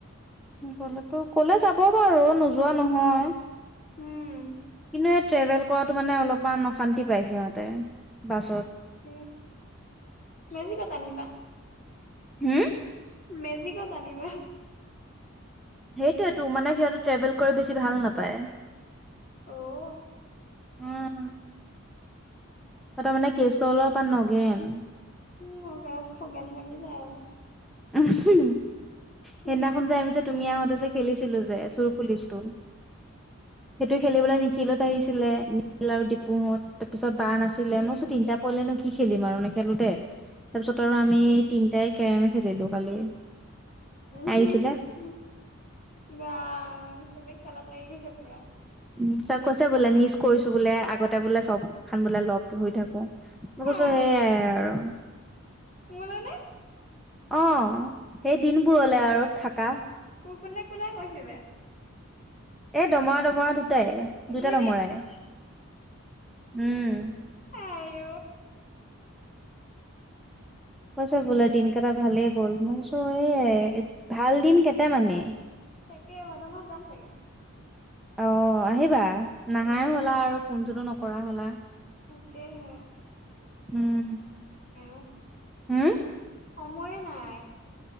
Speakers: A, in the centre; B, on the left (about 35°).
A: হলেতো কলে যাব বাৰু নোযোৱা নহয়।
B: উম!
A: হেই ট্ৰেভেল কৰাটো মানে অলপমান অশান্তি পায় সিহঁতে। বাছত
B: স মেজিকত আনিবা
A: হোম
B: মেজিকত আনিবা
A: সেইটোয়ো মানে সিহঁতে ট্ৰেভেল কৰি বেছি ভাল নাপায়
B: আহ
A: উম! তাৰমানে কেচটো অলপমান নগেন
B: উম সগনত খগেন লাগি যায় আৰু
A: উমহো, সেইদিনাখন
B: উম
A: যে আমি যে তুমি আহোঁতে যে খেলিছিলোঁ যে যে চোৰ পুলিচটো সেইটো খেলিবলৈ নিখিলহত আহিছিলে নিখিল আৰু ডিপুহত তাৰ পিছত বাৰ নাছিলে
B: উম
A: মই কৈছো তিনিটা পৰিলে নো কি খেল খেলিম আৰু নে খেলোতে তাৰপিছত আৰু আমি
B: উম
A: তিনিটাই কেৰামি খেলিলোঁ কালি,
B: উম
A: আহিছিলে
B: উম বা চবে খেলাত লাগি গৈছে পুৰা।
A: উ চব কৈছে বোলে মিছ কৰিছো বোলে আগতে বোলে চব খান বোলে লগ লই থাকো মই কৈছোঁ
B: আহ
A: সেইয়াই আৰু।
B: মোলৈ নে
A: অ সেই দিনবোৰলে আৰু থাকা।
B: ক, কোনে, কোনে, কৈছিলে?
A: এ দমাৰা দমাৰা দু দুটাই দুটা
B: দুইটাই
A: তামৰাই উম
B: আঔ
A: কচ বোল দিন কেইটা ভালেই গ'ল মইছো এ ভাল দিন কেইটামানে
B: তাকে ভাদ মাহত যাম চাগে।
A: অ আহিবা নাহাই
B: উম
A: হ'লা আৰু ফোন চোনটো নকৰা হলা
B: তাকেহে
A: উম!
B: আও
A: হম
B: সময়েই নাই।